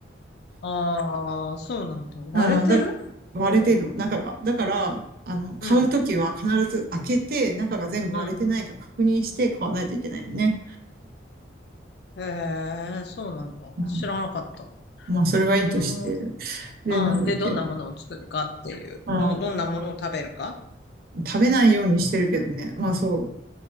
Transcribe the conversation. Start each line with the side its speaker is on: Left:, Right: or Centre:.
Left: ああ、そうなんだ。割れてる
Right: うん、だ、割れてんの、
Left: うん。
Right: 中が。だから、あの、買うときは必ず開けて、
Left: うん。
Right: 中が全部割れてないか確認して買わないといけないのね。
Left: うん。へえ、そうなんだ。
Right: う
Left: 知らなかった。
Right: ん、まあ、それはいいとして。
Left: うん。
Right: で、
Left: ああ、
Right: なんだっけ。
Left: で、どんなものを作るかっていう。
Right: あー、
Left: ど、どんなものを食べるか
Right: 食べないようにしてるけどね。まあ、そう。